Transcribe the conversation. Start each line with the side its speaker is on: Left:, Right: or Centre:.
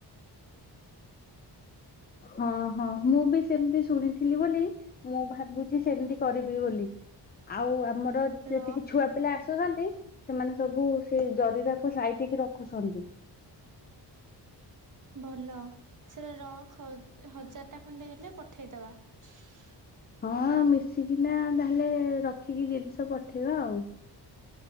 Left: ହଁ ହଁ ମୁଁ ବି ସେମିତି ଶୁଣିଥିଲି ବୋଲି ମୁଁ ଭାବୁଛି ସେମିତି କରିବି ବୋଲି। ଆଉ ଆ ଆମର
Right: ର
Left: ଯେତିକି ଛୁଆ ପିଲା ଆସ ଆସୁଛନ୍ତି ସେମାନେ ସବୁ ସେ ଜରିରାକୁୁ ସାଇ ଦେଇକି ରଖୁଛନ୍ତି।
Right: ଭଲ ସେଟା ରକ୍ ହଜାର ଟା ଖଣ୍ଡେ ହେଲେ ପ ଠେତବା <unintelligible>
Left: ହଁ ମିଶିକିନା ତାହେଲେ ରଖିକି ଜିନିଷ ପଠେଇବା ଆଉ।